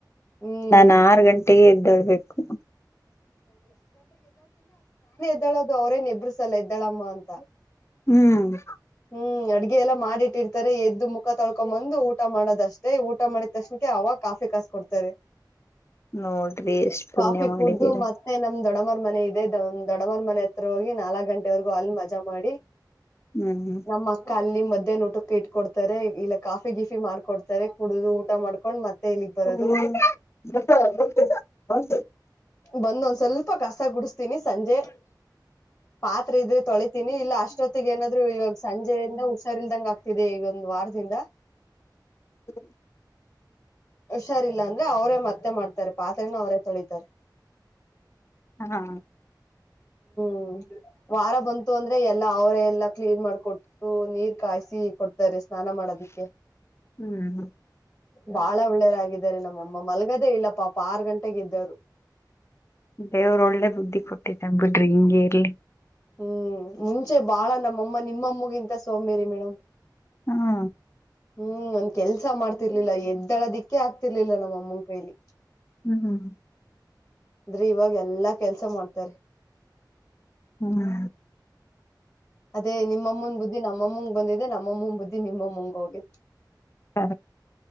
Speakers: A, on the left; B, on the left.
A: ಹ್ಮ್
B: ನಾ ಆರು ಗಂಟೆಗೆ ಎದ್ದಳ್ಬೇಕು
A: ಇದ್ದಳದು ಅವ್ರೇ ಅವರೇನು ಇಬ್ಬರೂ ಸಲ್ಲ ಇದ್ದಾಳಮ್ಮ ಅಂತ
B: ಹ್ಮ್
A: ಹ್ಮ್ ಅಡ್ಗೆ ಎಲ್ಲ ಮಾಡಿಟ್ಟಿರ್ತಾರೆ ಎದ್ದು ಮುಖ ತೊಳ್ಕೊಂಬಂದು ಊಟ ಮಾಡೋದಷ್ಟೇ ಊಟ ಮಾಡಿದ ತಕ್ಷಣಕ್ಕೆ ಅವಾಗ ಕಾಫೆ ಕಾಸ ಕೊಡ್ತಾರೆ
B: ನೋಡ್ರಿ ಎಷ್ಟ್
A: ಕಾಫಿ
B: ಪುಣ್ಯ ಮಾಡಿದೀರ
A: ಕುೂಡ್ದು ಮತ್ತೆ ನಮ್ ದೊಡಮರ್ ಮನೆ ಇದೆಮ್ ದೊಡಮ್ಮೋರ್ ಮನೆ ಹತ್ರ ಹೋಗಿ ನಾಲ್ಕಕ್ ಗಂಟೆವರೆಗೂ ಅಲ್ಲಿ ಮಜಾ ಮಾಡಿ
B: ಹ್ಮ್
A: ನಮ್ಮ ಅಕ್ಕ ಅಲ್ಲಿ ಮಧ್ಯಾಹ್ನ ಊಟಕ್ಕೆ ಇಟ್ಕೊಡ್ತಾರೆ ಇಲ್ಲ ಕಾಫಿ ಗಿಫಿ ಮಾಡ್ಕೊಡ್ತಾರೆ ಕುಡಿದು ಊಟ ಮಾಡ್ಕೊಂಡ್ ಮತ್ತೆ ಇಲ್ಲಿಗ್ ಬರೋದು
B: ಹ್ಮ್ ಗತ್ತ ಗತ ಹ
A: ಬಂದ ಒಂದ್ ಸ್ವಲ್ಪ ಕಸ ಕುಡಸ್ತೀನಿ ಸಂಜೆ ಪಾತ್ ಇದ್ರೆ ತೊಳೆ ತೀನಿ ಇಲ್ಲ ಅಷ್ಟೊತ್ತಿಗೆ ಏನಾದ್ರು ಇವಾಗ ಸಂಜೆಯಿಂದ ಹುಷಾರ್ಲ್ದಂಗ ಆಗ್ತಿದೆ ಈಗೊಂದ ವಾರದಿಂದ
B: ಹ
A: ಹುಷಾರಿಲ್ಲ ಅಂದ್ರೆ ಅವರೇ ಮತ್ತೆ ಮಾಡ್ತಾರೆ ಪಾತ್ರೆನ ಅವರೇ ತೊಳಿತಾರೆ
B: ಹಾ
A: ಹ್ಮ ವಾರ ಬಂತು ಅಂದ್ರೆ ಎಲ್ಲಾ ಅವರ ಎಲ್ಲಾ ಕ್ಲೀನ್ ಮಾಡಕೊಟ್ಟು ನೀರ್ ಕಾಯಸಿ ಕೊ ಡ್ತಾರೆ ಸ್ನಾನ ಮಾಡೋದಿಕ್ಕೆ
B: ಹ್ಮ್
A: ಬಾಳ ಒಳ್ಳೇದಾಗಿದ್ದಾರೆ ನಮ್ಮಮ್ಮ ಮಲ್ಗದೇ ಇಲ್ಲ ಪಾಪ ಆರ್ ಗಂಟೆೆಗೆ ಇದ್ದರು
B: ದೇವ್ರ ಒಳ್ಳೆ ಬುದ್ಧಿ ಕೊಟ್ಟಿನ್ ಬಿಟ್ರಿ ಹಿಂಗಗೆ ಎಲ್ಲಿ
A: ಹ್ಮ್ ಮುಂಚೆ ಬಾಳ ನಮ್ಮಮ್ಮ ನಿಮ್ಮಮ್ಮಗಿಂತ ಸೋಂಬೇರಿ ಮೇಡಮ್
B: ಹಾ
A: ಹ್ಮ್ ಒಂದ್ ಕೆಲ್ಸ ಮಾಡ್ತಿರ್ಲಿಲ್ಲ ಎದ್ದಳದಿಕ್ಕೆ ಆಗ್ತಿರ್ಲಿಲ್ಲ ನಮ್ಮ ಅಮ್ಮನ್ ಕೈಲಿ
B: ಹ್ಮ್ ಹ್ಮ್
A: ಅಂದ್ರಿ ಇವಾಗ ಎಲ್ಲಾ ಕೆಲ್ಸ ಮಾಡ್ತಾರ
B: ಹ್ಮ್
A: ಅದೇ ನಿಮ್ಮ ಮುನ್ ಬುದ್ಧಿ ನಮ್ಮಮ್ಮಂಗ್ ಬಂದಿದೆ ನಮ್ಮ ಮುನ್ ಬುದ್ಧಿ ನಿಮ್ಮ ಮುಂಗ ಹೋಗ
B: ಸ